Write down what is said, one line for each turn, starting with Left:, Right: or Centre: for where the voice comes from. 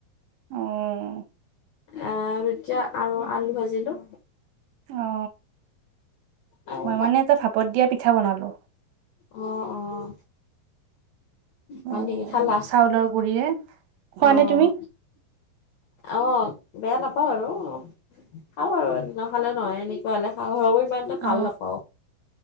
Right: আহ
Left: আহ ৰুটি আৰু আলু ভাজিলো
Right: অ
Left: আৰু
Right: মই মানে এটা ভাপত দিয়া পিঠা বনালো
Left: আহ আহ
Right: এ
Left: হয় নেকি খালা
Right: চাউলৰ গুৰিৰে খোৱা
Left: আহ
Right: নে তুমি?
Left: অ বেয়া নাপাওঁ আৰু খাওঁ আৰু নখালে নহয় এনেকুৱা হলে খাওঁ ইমানতো ভাল
Right: অ
Left: নাপাওঁ